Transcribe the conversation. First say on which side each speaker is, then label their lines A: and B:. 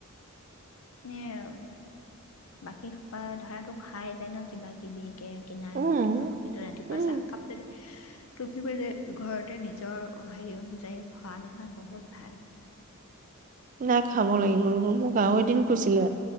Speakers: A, on the left (about 75°); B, on the right (about 35°).
A: এয়া, বাকী সুপাধৰা খাই যায় ন' কিব কিবি কিনাই
B: উম
A: হওক কিবা হওক। কিন্তু ৰাতিপুৱা
B: উম
A: চাহকাপেদি অহ <unintelligible> ঘৰতে নিজৰ হেৰি অনুযায়ী খোৱা নহয়, বহুত ভাল।
B: নাই খাব লাগিব ৰ'ব। মোক আৰু এদিন কৈছিলে।